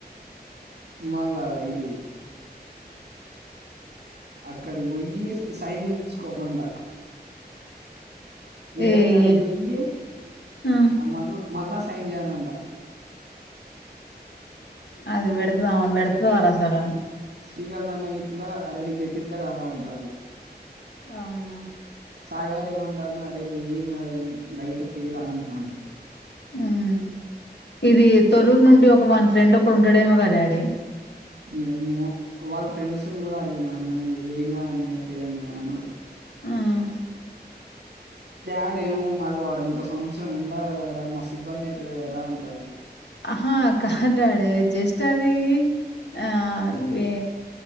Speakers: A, on the right (about 85°); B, on the left (about 85°).
A: మళ్ళా ఇది అక్కడికి పోయి సైన్ చేపించుకోవాలంట మేడం
B: ఏ
A: కాడికీ
B: ఏ
A: పొయ్యి
B: ఆ
A: ఆమ మళ్ళా సైన్ చేయాలంట
B: అది పెడతద ఆమె పెడతాద రా అసలు
A: శ్రీకాంత్ అన్న గిట్ల అరె నేన్ పెట్టిత్త రారా అంటాండు
B: అవునా
A: సాయి గాడ్ ఏమంటన్నాడు ఏం గాదు రా లైట్ తెర అంటాన్నాడు
B: మ్మ్ ఇది తొరూరు నుండి ఒక వాని ఫ్రెండ్ ఒకడు ఉండాడేమో కదా డాడీ
A: ఏమో వాళ్ళ ఫ్రెండ్స్ ని గూడ అడిగిన అన్న ఏం కాదన్నయ్య తె అన్నయ్య అన్నడు
B: మ్మ్
A: వాడు ఏమో మళ్ళీ వాడు ఇంకో సంవత్సరం ఉండాల కదరా మస్త్ ఇబ్బంది అయితాది కదరా అంటాండు
B: ఆహా కాద్ డాడీ జస్ట్ అవి ఆ వే